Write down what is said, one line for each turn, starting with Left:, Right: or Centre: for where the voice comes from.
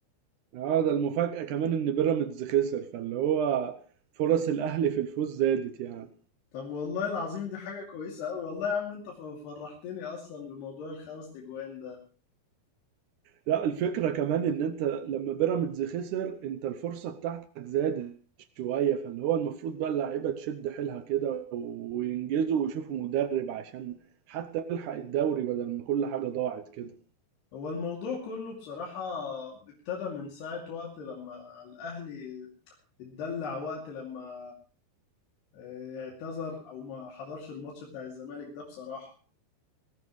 Right: اه ده المفاجأة كمان ان بيراميدز خسر فاللي هو فرص الاهلي في الفوز زادت يعني
Left: طب والله العظيم دي حاجة كويسة أوي والله يا عم أنت ف- فرحتني أصلا بموضوع الخمس تجوان ده
Right: لا الفكرة كمان ان انت لما بيراميدز خسر انت الفرصة بتاعتك زادت شوية فاللي هو المفروض بقى اللعيبة تشد حيلها كده وينجزوا ويشوفوا مدرب عشان حتى يلحق الدوري بدل ما كل حاجة ضاعت كده
Left: هو الموضوع كله بصراحة ابتدى من ساعة وقت لما الأهلي اتدلع وقت لما آه، اعتذر او ما حضرش الماتش بتاع الزمالك ده بصراحة